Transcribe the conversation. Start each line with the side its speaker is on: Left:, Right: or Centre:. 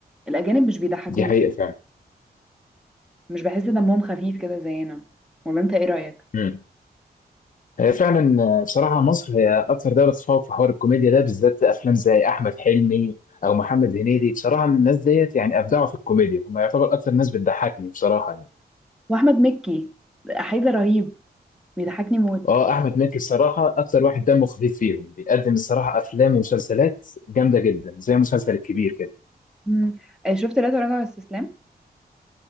Centre: الأجانب مش بيضحكوني
Left: دي حقيقه فعلا
Centre: مش بحس دمهم خفيف كده زينا ولا أنت إيه رأيك؟
Left: امم هي فعلا آه، بصراحه مصر هي اكثر دوله تتفوق في حوار الكوميديا ده بالذات افلام زي احمد حلمي او محمد هنيدي بصراحه الناس ديت يعني ابدعوا في الكوميديا هم يعتبر اكثر ناس بتضحكني بصراحه يعني
Centre: وأحمد مكي حيدر رهيب بيضحكني موت
Left: اه احمد مكي الصراحه اكتر واحد دمه خفيف فيهم بيقدم الصراحه افلام ومسلسلات جامده جدا زي مسلسل الكبير كده
Centre: م. آه، شفت لا تراجع ولا استسلام